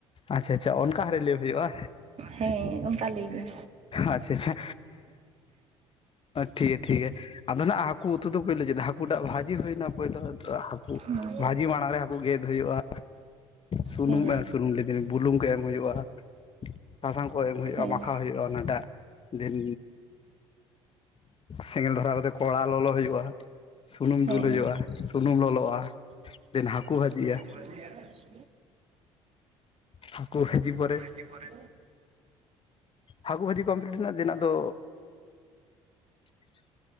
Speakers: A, on the left (about 35°); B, on the right (about 45°).
A: ᱟᱪᱪᱷᱟ ᱟᱪᱪᱷᱟ ᱚᱱᱠᱟ ᱦᱟᱹᱨᱤᱡ ᱞᱟᱹᱭ ᱦᱩᱭᱩᱜᱼᱟ?
B: ᱦᱮᱸ ᱚᱱᱠᱟ ᱞᱟᱹᱭ ᱵᱤᱱ᱾
A: ᱟᱪᱪᱷᱟ ᱪᱷᱟ᱾ ᱴᱷᱤᱠᱜᱮ ᱴᱷᱤᱠᱜᱮ ᱟᱫᱚ ᱱᱟᱸᱜ ᱦᱟᱹᱠᱩ ᱩᱛᱩ ᱫᱚ ᱯᱳᱭᱞᱟᱹ ᱪᱮᱫᱟᱜ ᱦᱟᱠ ᱠᱩᱴᱟᱜ ᱵᱷᱟᱹᱡᱤ ᱦᱩᱭᱱᱟ ᱯᱳᱭᱞᱳ ᱦᱟᱹᱠᱩ
B: ᱦᱮᱸ
A: ᱵᱷᱟᱹᱡᱤ ᱢᱟᱲᱟᱝ ᱨᱮ ᱦᱟᱹᱠᱩ ᱜᱮᱫ ᱦᱩᱭᱩᱜᱼᱟ᱾ ᱥᱩᱱᱩᱢ
B: ᱦᱮᱸ
A: ᱮᱢ ᱥᱩᱱᱩᱢ ᱞᱫᱤᱧᱤᱧ ᱵᱩᱞᱩᱝ ᱠᱚ ᱮᱢ ᱦᱩᱭᱩᱜᱼᱟ, ᱥᱟᱥᱟᱝ ᱠᱚ ᱮᱢ ᱦᱩᱭᱩᱜᱼᱟ
B: ᱦᱮᱸ
A: ᱢᱟᱠᱷᱟᱣ ᱦᱩᱭᱩᱜᱼᱟ, ᱚᱱᱟ ᱫᱟᱜ ᱫᱤᱱ ᱥᱮᱸᱜᱮᱞ ᱫᱷᱚᱨᱟᱣ ᱛᱮ ᱠᱚᱲᱟ ᱞᱚᱞᱚ ᱦᱩᱭᱩᱜᱼᱟ ᱥᱩᱱᱩᱢ
B: ᱦᱮᱸ
A: ᱫᱩᱞ ᱦᱩᱭᱩᱜᱼᱟ ᱥᱩᱱᱩᱢ ᱞᱚᱞᱚᱜᱼᱟ ᱫᱮᱱ ᱦᱟᱹᱠᱩ ᱵᱷᱟᱹᱡᱤᱜᱼᱟ᱾
B: <inaudible>
A: ᱦᱟᱹᱠᱩ ᱵᱷᱟᱹᱡᱤ ᱯᱚᱨᱮ
B: ᱡᱤ ᱯᱚᱨᱮ
A: ᱦᱟᱹᱠᱩ ᱵᱷᱟᱹᱡᱤ ᱠᱚᱢᱯᱞᱤᱴ ᱨᱮᱱᱟᱜ ᱫᱮᱱ ᱟᱫᱚ <inaudible>